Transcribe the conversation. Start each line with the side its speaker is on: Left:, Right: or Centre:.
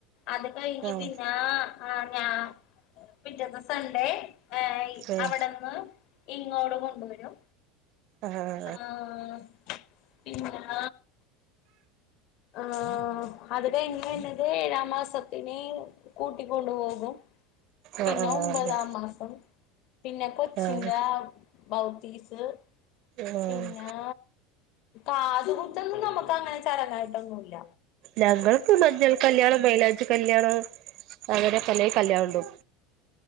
Left: അത് കഴിഞ്ഞ്
Right: ആഹ്
Left: പിന്നാ ആഹ് ഞാ പിറ്റെത്തെ സൺഡേ ഏഹ് ഇ
Right: ഉം
Left: അവിടെന്ന് ഇങ്ങോട് കൊണ്ടുവരും
Right: ആഹ്
Left: ആഹ് പിന്നാ ആഹ് അത് കഴിഞ്ഞ് വരണത് ഏഴാം മാസത്തിനെ കൂട്ടിക്കൊണ്ടുപോകും പിന്ന
Right: ആഹ്
Left: ഒമ്പതാം
Right: അതെ
Left: മാസം പിന്നെ കൊച്ചിന്റാ
Right: ആഹ്
Left: ബൗതീസ്
Right: ആഹ്
Left: പിന്നാ കാതു കുത്തൊന്നും നമ്മക്ക് അങ്ങനെ ചടങ്ങായിട്ടൊന്നും ഇല്ല
Right: ഞങ്ങൾക്ക് മഞ്ഞൾ കല്യാണം മൈലാഞ്ചി കല്യാണം അങ്ങനെ പലേ കല്യാണം ഉണ്ടും